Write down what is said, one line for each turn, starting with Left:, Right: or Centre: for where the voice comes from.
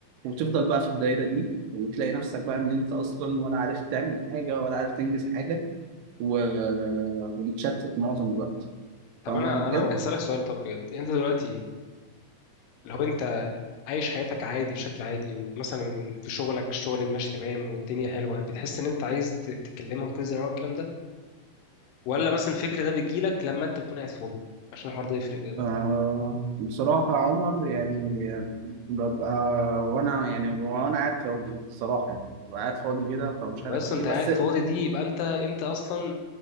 Right: وتفضل بقى في الدايرة دي وتلاقي نفسك بقى ان انت اصلا ولا عارف تعمل حاجة ولا عارف تنجز حاجة و... ومتشتت معظم الوقت
Left: طب
Right: فاهم
Left: انا
Right: بجد؟
Left: انا هسألك سؤال طب بجد انت دلوقتي لو انت عايش حياتك عادي بشكل عادي ومثلا في شغلك الشغل ماشي تمام والدنيا حلوه بتحس ان انت عايز تتكلمها وتنزل معاها الكلام ده ولا مثلا الفكر ده بيجيلك لما انت بتكون قاعد فاضي عشان الحوار ده يفرق بجد
Right: آه بصراحة يا عمر يعني ببقى وأنا يعني وأنا قاعد فاضي الصراحة يعني ببقى قاعد فاضي كده فمش
Left: هو
Right: عارف
Left: اصلا
Right: إيه
Left: انت
Right: بس
Left: قاعد فاضي دي يبقى انت انت اصلا